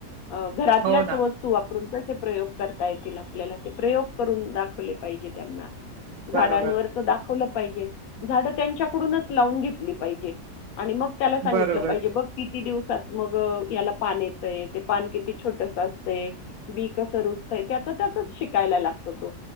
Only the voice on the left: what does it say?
ह घरातल्याच
वस्तू वापरून बघ <unintelligible> प्रयोग करता येतील आपल्याला ते प्रयोग करून दाखवले पाहिजेत. त्यांना अ
झाडांवरच तर दाखवलं पाहिजे. झाड त्यांच्याकडूनच लावून घेतली पाहिजे आणि मग त्याला सांगितलं
पाहिजे बघ किती दिवस त मग याला पान येतय. ते पान किती छोट असत बी कस रुजतय त्याच त्याच शिकायला लागतो तो.